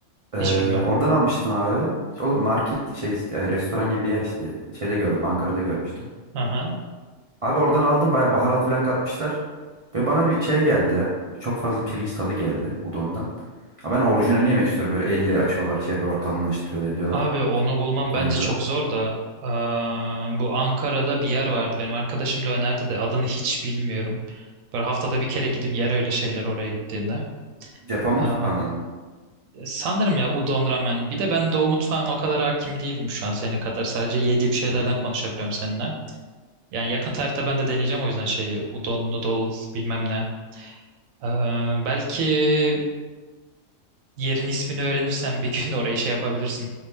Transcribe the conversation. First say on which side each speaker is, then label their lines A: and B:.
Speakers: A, on the right (about 65°); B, on the right (about 85°).
A: Ee,
B: Hiç bilmem.
A: oradan almıştım abi. O da market şey e, restoran gibi bir yer işte. Şeyde gördüm, Ankara'da görmüştüm.
B: Aha.
A: Abi oradan aldım bayağı baharat falan katmışlar. Ve bana bir şey geldi ya. Çok fazla pirinç tadı geldi udondan. Ama ben orijinalini yemek istiyorum. Böyle elle açıyorlar, şey yapıyorlar, kalınlaştırıyorlar diyorlar.
B: Abi onu bulmam
A: Japonya'da.
B: bence çok zor da eee, bu Ankara'da bir yer vardı benim arkadaşım da önerdi de adını hiç bilmiyorum. Böyle haftada bir kere gidip yer öyle şeyler oraya gittiğinde.
A: Japon
B: Aa,
A: mutfağından.
B: sanırım ya udon ramen. Bir de ben Doğu mutfağına o kadar hakim değilim şu an senin kadar. Sadece yediğim şeylerden
A: Hı hı.
B: konuşabiliyorum seninle. Yani yakın tarihte ben de deneyeceğim o yüzden şeyi udon noodles bilmem ne. Eee, belki yerin ismini öğrenirsen bir gün <laughs> orayı şey yapabilirsin.